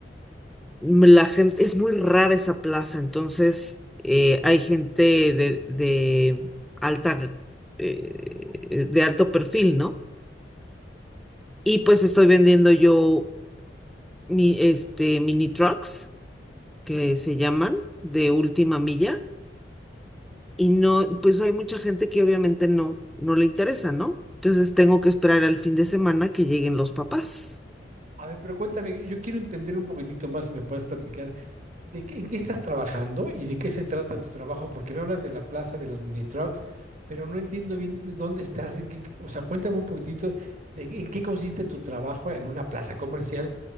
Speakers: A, in the centre; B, on the right (about 45°).
A: m- la gente, es muy rara esa plaza, entonces eh, hay gente de, de alta, eh, de alto perfil, ¿no? Y pues estoy vendiendo yo. mi, este, mini trucks,
B: Ujú.
A: que se llaman, de última milla, y no, pues hay mucha gente que obviamente no, no le interesa, ¿no? Entonces tengo que esperar al fin de semana que lleguen los papás.
B: A ver, pero cuéntame, yo quiero entender un poquitito más si me puedes platicar de qué, en qué estás trabajando y de qué se trata tu trabajo, porque me hablas de la plaza de los mini trucks, pero no entiendo bien de dónde estás, en qué, o sea, cuéntame un poquitito de en qué consiste tu trabajo en una plaza comercial